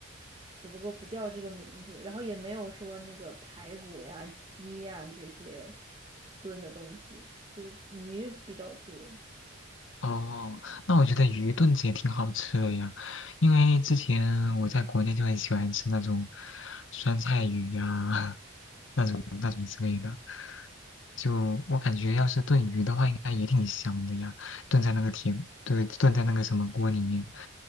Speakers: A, on the right; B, on the left.
A: 只不过不叫这个名字，然后也没有说那个排骨呀、鸡呀这些炖的东西，就是鱼比较多。
B: 哦，那我觉得鱼炖子也挺好吃的呀，因为之前我在国内就很喜欢吃那种酸菜鱼呀、<laughs> 那种那种之类的。就我感觉，要是炖鱼的话，应该也挺香的呀，炖在那个铁，对，炖在那个什么锅里面。